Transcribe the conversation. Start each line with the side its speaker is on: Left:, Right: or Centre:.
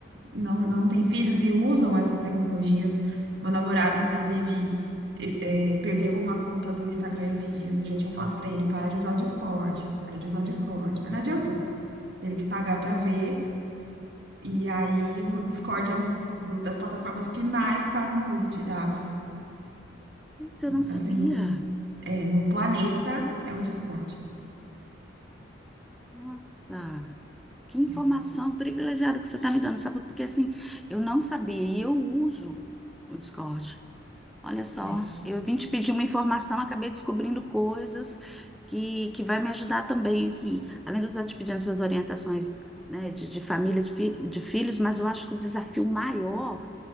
Right: não, não têm filhos e usam essas tecnologias. Meu namorado, inclusive, e- é, perdeu uma conta do Instagram esses dias. Eu já tinha falado pra ele, para de usar o Discord, para de usar o Discord. Mas não adiantou. Teve que pagar pra ver. E aí o Discord é um dos, do- das plataformas que mais fazem roubo de dados,
Centre: Nossa, eu não sabia.
Right: assim, no, é, no planeta, é o Discord.
Centre: Nossa, que informação
Right: É.
Centre: privilegiada que você está me dando, sabe? Porque assim, eu não sabia e eu uso o Discord. Olha só,
Right: É.
Centre: eu vim te pedir uma informação, acabei descobrindo coisas que, que vai me ajudar também, assim. Além de eu estar te pedindo essas orientações, né, de, de família, de, fi- de filhos, mas eu acho que o desafio maior